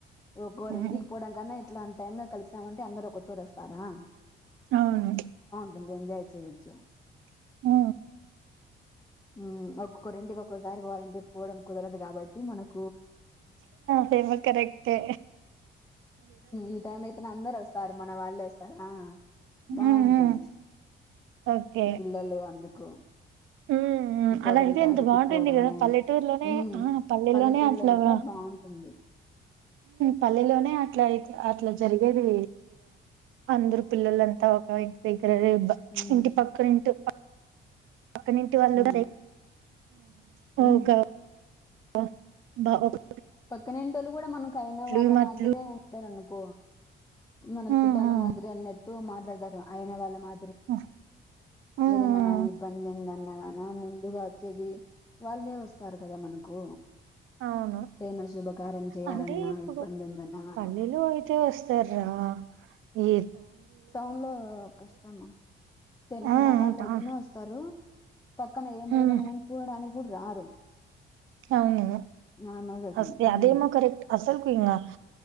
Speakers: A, on the left; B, on the right.
A: ఒ
B: ఉమ్
A: రెండికి పోవడా కన్నా ఇట్లా అంట టైమ్ గా కలిచినామంటే అందరు ఒక చోట వస్తారా
B: అవును
A: అ ఎంజయ చదిచ్చు
B: ఆ
A: <inaudible> ఒకరింటికి ఒక్కసారి పోవాలంటే పోవడం కుదరదు కాబట్టి మనకు
B: ఫే మా కరెక్తే
A: ఈ టైం అయితేనే అందరు వస్తారు మన వాళ్ళు వస్తారు. ఆ బాగుంటుంది.
B: ఉమ్ ఉమ్ ఓకే
A: పిల్లలు అందుకు
B: ఉమ్ ఉమ్
A: తోటలుగా
B: అలా అయితే ఎంత
A: అడిగిపోవడము
B: బాగుంటుంది కదా పల్లెటూరులోనే
A: హ
B: ఆ పల్లెలోనే
A: పల్లెటూళ్లో
B: అట్లా
A: ఇంకా బాగుంటుంది.
B: పల్లెలోనే అట్లా అయితే అట్లా జరిగేది. అందరు పిల్లలంతా ఒక ఇంటి దగ్గర. ఇే
A: మ్మ్
B: ఇంటి పక్కన ఇంటి పక్క నుంటి వాళ్ళు
A: మ్మ్ మ్మ్
B: ఓకా ఆ బా ఓకే
A: పక్కనంటోళ్ళ కూడా మనకు అయిన వాళ్ళ
B: ఈ మట్లు
A: మాదిరే ఉంటారునుకు కో మన
B: ఉమ్,
A: చుట్టాల
B: ఉమ్,
A: మాదిరిన్ని మాట్లాడతారు. అయిన వాళ్ళ మా
B: ఉమ్, ఉమ్,
A: ఏదన్నగానీ ఇబ్బందుందన్నాగానీ ముందుగా వచ్చేది వాళ్ళే వస్తారు. కదా మనకు
B: అవును
A: ఏదైనా శుభకార్యం చేయాలన్నా
B: అంటే ఇప్పుడు.
A: ఇబ్బంది ఉందన్నా గాన
B: పల్లీలో అయితే వస్తార్రా మీ
A: టౌన్ లో కష్టం తెలిసిన
B: ఆ
A: వాళ్ళు అయితేనే
B: ఆ,
A: వస్తారు. పక్కన ఏం <unintelligible>
B: ఉమ్,
A: చూడడానికి ఇపుడు రారు
B: అవును
A: నార్మల్ గా
B: హస్తే
A: ఉమ్,
B: అదేమో కరెక్ట్ అ అసలు ఇంకా